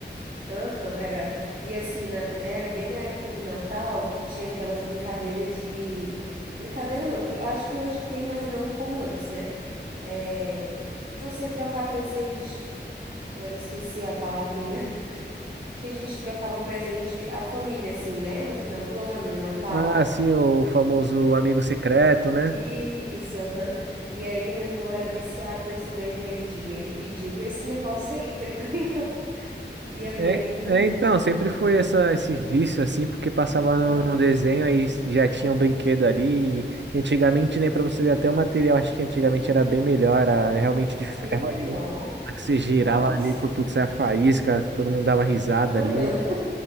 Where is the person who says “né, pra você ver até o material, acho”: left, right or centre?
Right